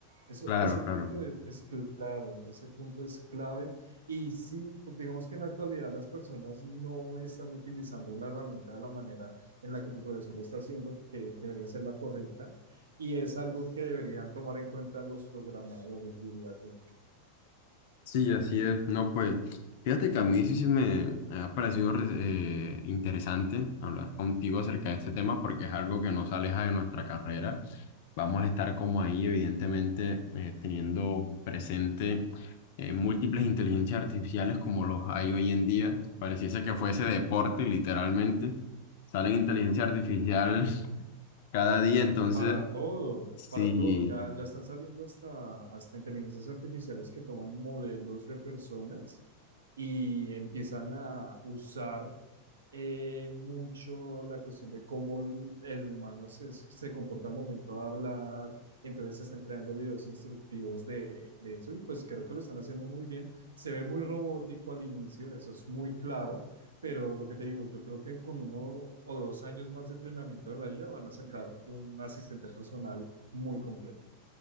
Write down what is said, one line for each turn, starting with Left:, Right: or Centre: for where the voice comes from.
Right: Eso,
Left: Claro,
Right: ese
Left: claro.
Right: punto es claro, ese punto es clave. Y sí, pues digamos que en la actualidad las personas no están utilizando la herramienta de la manera en la que tu profesor lo está haciendo, que debería ser la correcta, y es algo que deberían tomar en cuenta los programadores, diría yo.
Left: Sí, así es. No, pues, fíjate que a mí sí, sí me ha parecido re- eh, interesante hablar contigo acerca de este tema porque es algo que nos aleja de nuestra carrera. Vamos a estar como ahí, evidentemente, eh, teniendo presente eh, múltiples inteligencias artificiales como los hay hoy en día. Pareciese que fuese deporte, literalmente. Salen inteligencia artificial <laughs> cada día, entonces,
Right: Para todo,
Left: sí,
Right: para todo. Ya, ya están saliendo hasta, hasta inteligencias artificiales que toman modelos de personas y empiezan a usar eh, mucho la cuestión de cómo el el humano se, se comporta al momento de hablar. Entonces se están creando videos instructivos de, de eso y pues creo que lo están haciendo muy bien. Se ve muy robótico al inicio, eso es muy claro pero lo que te digo, yo creo que con uno o dos años más de entrenamiento de la IA van a sacar un asistente personal muy completo.